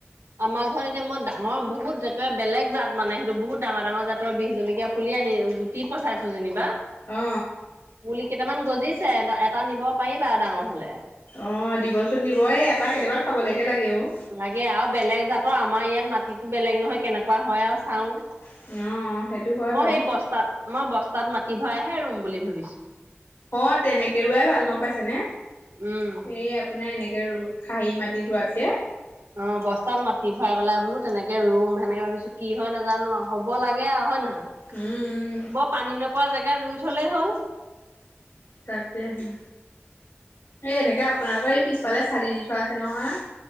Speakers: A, on the right (about 85°); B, on the left (about 75°).
A: আমাৰ ঘৰত এতিয়া মই ডাঙৰ বহুত একে বেলেগ জাত মানে সেইটো বহুত ডাঙৰ ডাঙৰ জাতৰ বিষ জলকীয়া পুলি আনিলো। কি পচাইছো যেনিবা
B: অ
A: পুলি কেইটামান গজিছ- এটা নিব পাৰিবা ডাঙৰ হ'লে।
B: অঁ দিবচোন দিব এই এটা কেতিয়াবা খাবলৈকে লাগে অঁ!
A: লাগে আৰু বেলেগ জাতৰ আমাৰ ইয়াত মাটিতো বেলেগ নহয় কেনেকুৱা হয়ঁ আৰ চাওঁ।
B: অ সেইটো হয়
A: মই
B: বাৰু
A: সেই বস্তাত মই বস্তাত মাটি ভৰাইহে ৰুম বুলি ভাবিছোঁ।
B: অঁ তেনেকে ৰৰুৱাই ভাল গম পাইছে নে এইয়াপ-
A: উম
B: আপোনাৰ এনেকৈ ৰুব খাহী মাটিত ৰোৱাতকে।
A: অঁ বস্তাত মাটি ভৰাই পেলাই বোলো তেনেকে ৰুম সেনেকে ভাবিছোঁ কি হঁয় নাজানো হ'ব লাগে আৰু হয়ঁ নহয়।
B: উম উম
A: বৰ পানী নোপোৱা জেগাত ৰুই থলেই হ'ল।
B: তাকে হে এই এনেকে আপোনালোকৰ এই পিছফালে চালি দি থোৱা আছে নহয়।